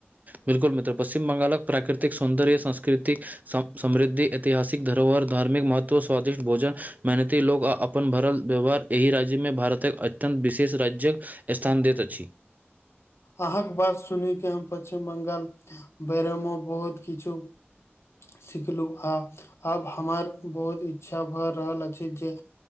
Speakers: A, on the right; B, on the left.
A: बिल्कुल मित्र, पश्चिम बंगालक प्राकृतिक सौन्दर्य, संस्कृति सम समृद्धि, ऐतिहासिक धरोहर, धार्मिक महत्व, स्वादिष्ट भोजन मेहनती लोक आ अपन भरल व्यवहार एहि राज्य में भारतक अत्यन्त विशेष राज्यक स्थान दैत अछि।
B: अहाँके बात सुनि के हम पश्चिम बंगालक बारे में बहुत किछु सिखलहुँ आ आब हमर बहुत इच्छा भऽ रहल अछि जे